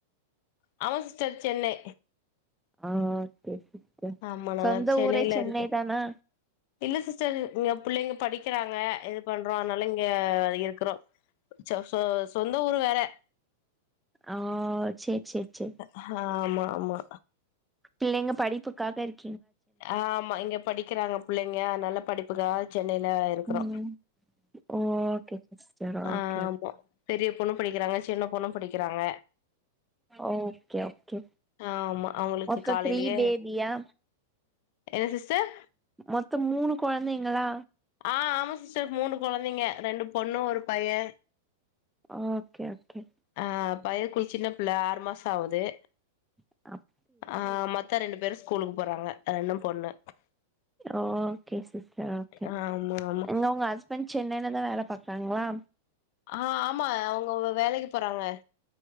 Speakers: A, on the left; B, in the centre.
A: ஆமா சிஸ்டர் சென்னை
B: ஆ ஒகே ஒகே கே
A: ஆமா நாங்க
B: சொந்த
A: சென்னையில
B: ஊரே சென்னை
A: இருக்கோ
B: தானா
A: இல்ல சிஸ்டர் இங்க புள்ளைங்க படிக்கறாங்க பண்றோ அதனால இங்க இருக்குறோ <unintelligible> சொந்த ஊரு வேற
B: ஆ சேர் சேர் சேர்
A: அ ஹ ஆமா ஆமா
B: பிள்ளைங்க படிப்புக்காக இருக்
A: ஆ ஆமா இங்க படிக்கிறாங்க புள்ளைங்க அதனால படிப்புக்காக சென்னையில இருக்குறோ
B: ம் ஓகே சிஸ்டர் ஓகே
A: ஆமா பெரிய பொண்ணு படிக்கிறாங்க சின்ன பொண்ணு படிக்கிறாங்க
B: ஓகே ஓகே
A: ஆமா அவங்களுக்கு
B: மொத்தோ
A: காலையிலயே
B: த்ரீ பேபியா
A: என்ன சிஸ்டர்
B: மொத்தோ மூணு கொழந்தைங்களா
A: ஆ ஆமா சிஸ்டர் மூணு கொழந்தைங்க ரெண்டு பொண்ணு ஒரு பைய
B: அ ஓகே ஓகே
A: ஆ பய குள் சின்ன பிள்ள ஆறு மாச ஆவுது.
B: அ
A: ஆ மத்த ரெண்டு பேரு ஸ்கூலுக்கு போறாங்க ரெண்டூ பொண்ணு.
B: ஓகே சிஸ்டர் ஓகே
A: ஆமா ஆமா
B: எங்க உங்க ஹஸ்பண்ட் சென்னைல தா வேல பாக்றாங்ளா
A: ஆ ஆமா அவுங்க வே வேலைக்கு போறாங்க